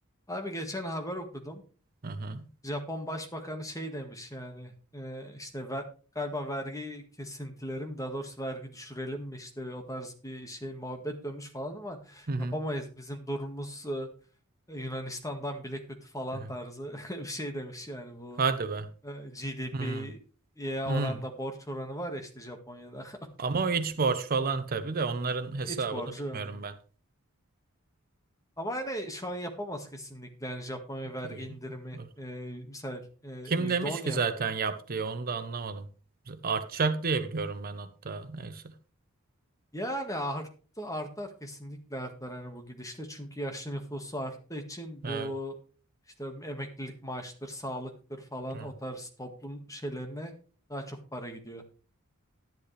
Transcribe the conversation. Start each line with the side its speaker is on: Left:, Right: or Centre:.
Left: Abi geçen haber okudum.
Right: Aha.
Left: Japon Başbakanı şey demiş yani e, işte ver- galiba vergi kesintileri mi daha doğrusu vergi düşürelim mi işte o tarz bir şey muhabbet dönmüş falan ama
Right: Hı hı.
Left: yapamayız. Bizim durumumuz e, Yunanistan'dan bile kötü falan
Right: Evet.
Left: tarzı <laughs> bir şey demiş yani bu
Right: Hadi be.
Left: GDP'ye
Right: Hı.
Left: oranla
Right: Hı.
Left: borç oranı var ya işte Japonya'da
Right: Ama o iç borç falan tabii de onların
Left: <laughs>
Right: hesabını
Left: iç borcu.
Right: bilmiyorum
Left: yani.
Right: ben.
Left: Ama yani şu an yapamaz kesinlikle yani Japonya
Right: 200
Left: vergi indirimi
Right: dur.
Left: e, misal e, yüzde
Right: Kim demiş
Left: on
Right: ki
Left: ya
Right: zaten
Left: be.
Right: yap diye onu da anlamadım. Artacak diye biliyorum ben hatta. Neyse.
Left: Yani arttı artar kesinlikle artar hani bu gidişle çünkü yaşlı nüfusu arttığı için
Right: Evet.
Left: bu işte emeklilik maaştır, sağlıktır falan
Right: evet.
Left: o tarz toplum şeylerine daha çok para gidiyor